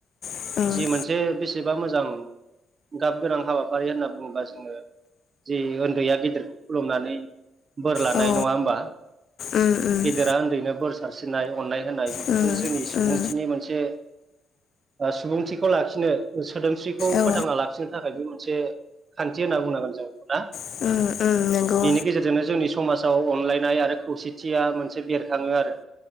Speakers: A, on the left; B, on the right.
A: ओं
B: जि मोनसे बेसेबा मोजां गाब गोनां हाबाफारि होनना बुङोबा जोङो जि उन्दैया गिदिरखौ खुलुमनानै बोर लानाय
A: उम औ
B: नङा होमबा
A: उम उम
B: गेदेरा उन्दैनो बोर सारस्रिनाय अननाय होनाय
A: उम
B: बे जोंनि सुबुंथिनि
A: उम
B: मोनसे सुबुंथिखौ लाखिनो सोदोमस्रिखौ
A: औ
B: फोथांना लाखिनो थाखाय बे मोनसे खान्थि होनना बुंनांगोन जों बेखौ दा
A: उम उम नंगौ
B: बिनि गेजेरजोंनो जोंनि समाजाव अनलायनाय आरो खौसेथिया मोनसे बेरखाङो आरो